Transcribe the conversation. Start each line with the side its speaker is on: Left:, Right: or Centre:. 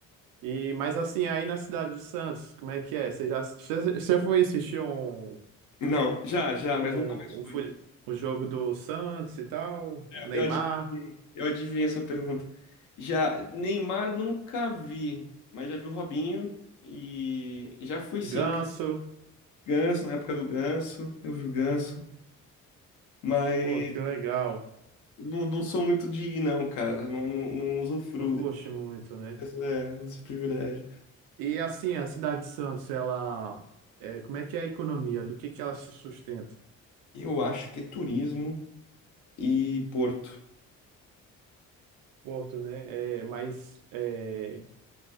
Right: E mas assim, aí na cidade de Santos, como é que é? Você já você você foi assistir um,
Left: Não, já, já,
Right: um,
Left: mas nunca mais fui.
Right: um, fu- um jogo do Santos e tal? Neymar,
Left: Eu adivinhei. Eu adivinhei essa pergunta. Já, Neymar nunca vi, mas já vi o Robinho e e já fui sim.
Right: Ganso.
Left: Ganso, na época do Ganso, eu vi o Ganso, mas
Right: Pô, que legal.
Left: não, não sou muito de ir, não, cara. Não, não, não usufruo
Right: Não curte muito, né?
Left: desse, é, desse privilégio.
Right: E assim, a cidade de Santos, ela é, como é que é a economia? Do que que ela se sustenta?
Left: Eu acho que é turismo e Porto.
Right: Porto, né? É, mas é,